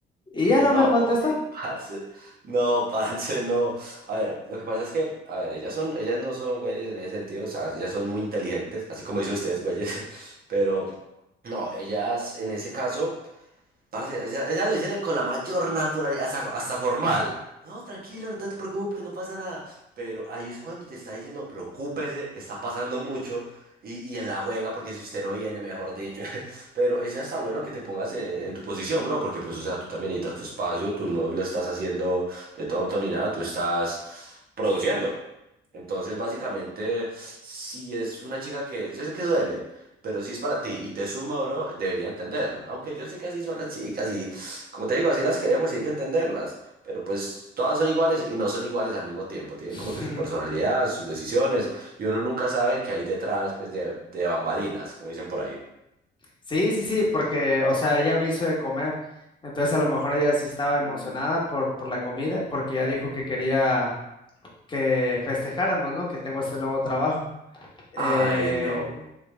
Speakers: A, on the left (about 25°); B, on the right (about 50°).
A: Y ya
B: No,
A: no me contestó.
B: mi parce, no, parce, no. A ver, lo que pasa es que, a ver, ellas son, ellas no son güeyes en ese sentido, o sea, ellas son muy inteligentes, así como dicen ustedes, güeyes, <laughs> pero no, ellas en ese caso. Parce, ya, ella lo dice con la mayor naturalidad, hasta, hasta formal. No, tranquilo, no te preocupes, no pasa nada. Pero ahí es cuando te está diciendo, preocúpese, está pasando mucho. Y, y en la juega, porque si usted no viene, mejor dicho. <laughs> Pero es hasta bueno que te pongas en, en tu posición, bro, porque pues, o sea, tú también necesitas tu espacio, tú no lo estás haciendo de tonto ni nada, tú estás produciendo. Entonces, básicamente, si es una chica que, yo sé que duele, pero si es para ti y te suma, bro, debería entender. Aunque yo sé que así son las chicas y, como te digo, así las queremos y hay que entenderlas. Pero pues todas son iguales y no son iguales al mismo tiempo. Tienen
A: <laughs>
B: como que su personalidad, sus decisiones y uno nunca sabe qué hay detrás, pues, de, de bambalinas, como dicen por ahí.
A: Sí, sí, sí, porque, o sea, ella me hizo de comer. Entonces a lo mejor ella sí estaba emocionada
B: Mm,
A: por, por la comida, porque ella dijo que quería que festejáramos, ¿no? Que tengo este nuevo trabajo. Eh,
B: Ay, no.